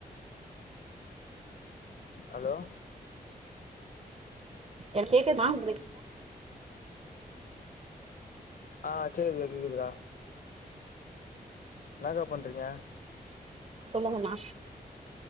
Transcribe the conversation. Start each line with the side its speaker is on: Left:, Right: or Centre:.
Left: hello
Right: எனுக் கேக்குதுபா உங்ளுக்
Left: ஆ கேக்குதுகா கேக்குதுக்கா என்னாக்கா பண்றீங்க
Right: சொல்லுங்கணா